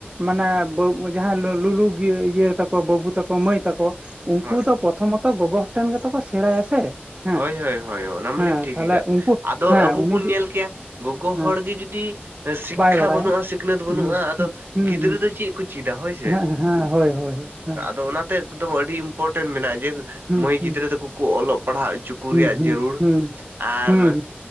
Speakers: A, on the right; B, on the right.
A: ᱢᱟᱱᱮᱵ ᱡᱟᱦᱟᱸᱭ ᱞᱩᱞᱩ ᱤᱭᱟᱹ ᱛᱟᱠᱚ ᱵᱟᱹᱵᱩ ᱛᱟᱠᱚ ᱢᱟᱹᱭ ᱛᱟᱠᱚ ᱩᱱᱠᱩ
B: ᱦᱳᱭ
A: ᱫᱚ ᱯᱨᱚᱛᱷᱚᱢᱚᱛᱚ ᱜᱚᱜᱚ ᱦᱚᱲ ᱴᱷᱮᱱ ᱜᱮᱛᱚ ᱠᱚ ᱥᱮᱬᱟᱭᱟ ᱥᱮ ᱦᱮᱸ
B: ᱦᱳᱭ ᱦᱳᱭ ᱦᱳᱭ ᱚᱱᱟ ᱢᱟᱞᱤᱧ
A: ᱦᱮᱸ
B: ᱴᱷᱤᱠ
A: ᱛᱟᱦᱞᱮ
B: ᱟᱠᱟᱫ
A: ᱩᱱᱠᱩ
B: ᱟᱫᱚ
A: ᱦᱮᱸ
B: ᱟᱵᱚ
A: ᱩᱱᱤ
B: ᱵᱚᱱ ᱧᱮᱞ ᱠᱮᱭᱟ ᱜᱚᱜᱚ
A: ᱦᱮᱸ
B: ᱦᱚᱲ ᱜᱮᱮ ᱡᱩᱫᱤ ᱥᱤᱠᱠᱷᱟ
A: ᱵᱟᱭ ᱵᱟᱲᱟᱭᱟ
B: ᱵᱟᱹᱱᱩᱜᱼᱟ ᱥᱤᱠᱷᱱᱟᱹᱛ ᱵᱟᱹᱱᱩᱜᱼᱟ
A: ᱦᱩᱸ
B: ᱟᱫᱚ
A: ᱦᱩᱸ ᱦᱩᱸ
B: ᱜᱤᱫᱽᱨᱟᱹ
A: ᱦᱩᱸ
B: ᱫᱚ ᱪᱮᱫ ᱠᱚ ᱪᱮᱫᱟ ᱦᱳᱭ ᱥᱮ
A: ᱦᱮᱸ ᱦᱮᱸ ᱦᱳᱭ ᱦᱳᱭ ᱦᱮᱸ
B: ᱚᱱᱟᱛᱮ ᱮᱠᱫᱚᱢ ᱟᱹᱰᱤ ᱤᱢᱯᱚᱴᱮᱱ ᱢᱮᱱᱟᱜᱼᱟ ᱡᱮ
A: ᱦᱩᱸ
B: ᱢᱟᱹᱭ
A: ᱦᱩᱸ
B: ᱜᱤᱫᱽᱨᱟᱹ ᱫᱚᱠᱚ ᱠᱚ ᱚᱞᱚᱜ ᱯᱟᱲᱦᱟᱣ ᱦᱚᱪᱚ ᱠᱚ ᱩᱱᱠᱩ
A: ᱦᱩᱸ
B: ᱨᱮᱭᱟᱜ
A: ᱦᱩᱸ
B: ᱡᱟᱹᱨᱩᱲ
A: ᱦᱩᱸ
B: ᱟᱨ
A: ᱦᱩᱸ